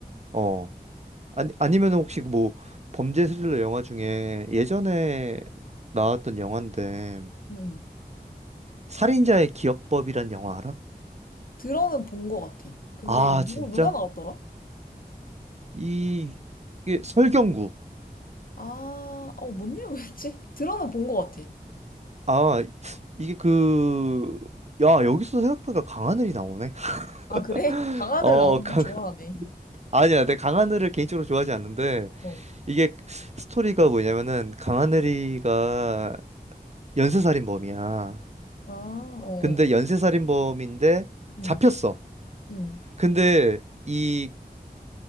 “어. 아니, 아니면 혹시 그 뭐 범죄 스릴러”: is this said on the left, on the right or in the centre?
Right